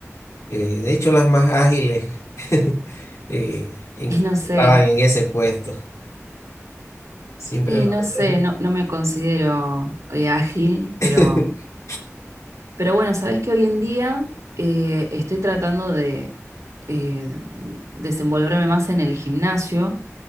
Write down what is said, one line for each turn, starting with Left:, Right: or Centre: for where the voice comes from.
Left: Eh, de hecho, las más ágiles <laughs> eh, en-
Right: Y no sé,
Left: estaban en ese puesto. Siempre
Right: y
Left: lo
Right: no
Left: noté
Right: sé,
Left: eso.
Right: no, no me considero eh, ágil, pero,
Left: <laughs>
Right: pero bueno, sabés que hoy en día eh, estoy tratando de eh, desenvolverme más en el gimnasio